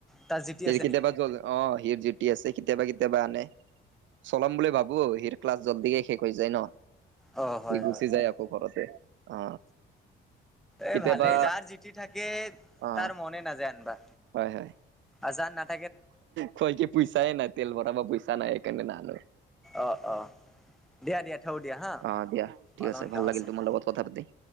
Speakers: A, in the centre; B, on the right (about 70°).
A: তাৰ জি টি আছে
B: কেতিয়াবা
A: নেকি
B: <unintelligible> অ, সিও ডিউটি আছ। কেতিয়াবা কেতিয়াবা আনে। চলাম বুলি ভাবো, হিৰ ক্লাছ জল্দিকে শেষ হৈ যায় ন।
A: অ
B: সি
A: হয়
B: গুচি
A: হয়
B: যায় আকৌ ঘৰতে। অ।
A: এই
B: কেতিয়াবা
A: ভালে, যাৰ ডিউটি থাকে
B: অ
A: তাৰ মনে নাযায় আনবা।
B: হয় হয়
A: আজান না
B: কয় কি, পইচাই নাই তেল ভৰাব পইচা নাই সেইকাৰণে নানো।
A: অ অ দিয়া দিয়া থও দিয়া হা
B: অহ দিয়া ঠিক
A: অলপমান
B: আছে, ভাল
A: কাম
B: লাগিল তোমাৰ
A: অ
B: লগত কথা পাতি।